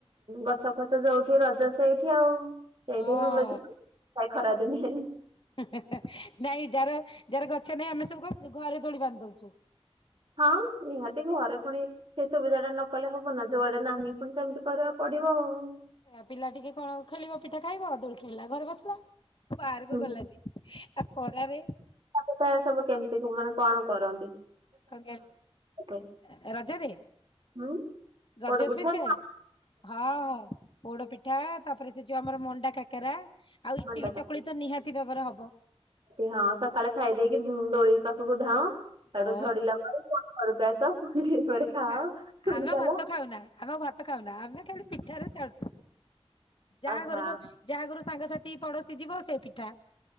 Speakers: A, on the right (about 60°); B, on the left (about 55°).
A: ଗଛ ଫଛ ଯୋଉଠି ରଜ ସେଇଠି ଆଉ ସେଇଠି
B: ହଁ
A: ହିଁ ହୁଏ ସବୁ। ହଁ ଏଇ ଖରାଦିନେ।
B: ଉଁ ହୁ ହୁ ହନାଇଁ ଯାାର ଯାାର ଗଛ ନାଇଁ ଆମେ ସବୁ କଣ କରଛୁ ଘରେ ଦୋଳି ବାନ୍ଧି ଦେଇଛୁ।
A: ହଁ ନିହାତି ଘରେ ପୁଣି ସେ ସୁବିଧାଟା ନ କଲେ ହବନା ଯୋଆଡେ ନାହିଁ ପୁଣି ସେମିତି କରିବାକୁ ପଡିବ ଆଉ।
B: ପିଲା ଟିକେ କଣ ଖେଳିବ ପିଠା ଖାଇବ ଦୋଳି ଖେଳିଲା ଘରେ ବସିଲା। ବାହାରକୁ
A: ହୁଁ
B: ଗଲାନି ଆଉ ଖରାରେ
A: କଟୁଥାଏ ସବୁ କେମିତି ମାନେ କଣ କରନ୍ତି?
B: କଣ କହିଲେ
A: ହୁଏ?
B: ରଜରେ?
A: ହୁଁ
B: ରଜ
A: ପୋଡ ପିଠା
B: ସେପ୍ସିଆଲ ହଁ ହଁ। ପୋଡ ପିଠା ତାପରେ ସେ ଯୋଉ ଆମର ମଣ୍ଡା କାକରା ଆଉ ଇଟିଲି
A: ମଣ୍ଡା
B: ଚକୁଳି ତ ନିହାତି ଭାବରେ ହବ।
A: ହଁ ସକାଳେ ଖାଇ ଦେଇେଇକି ଦୋଳି ପାଖୁକୁ ଧାଅଁ ସେଠୁ
B: ଓ
A: ଝଡିଲା ପରେ ଘରକୁ ଆସ ମୁଣି ଟିକେ ପରେ ଖାଅ।
B: ଆ
A: ପୁଣି
B: ଆମେ
A: ଚାଲ
B: ଭାତ ଖାଉନା ଆମେ ଭାତ ଖାଉନା ଆମେ ଖାଲି ପିଠାରେ ଚା ଯାହା
A: ଆହା
B: ଘରକୁ ଯାହା ଘର ସାଙ୍ଗସାଥି ପଡୋଶୀ ଯିବ ସେ ପିଠା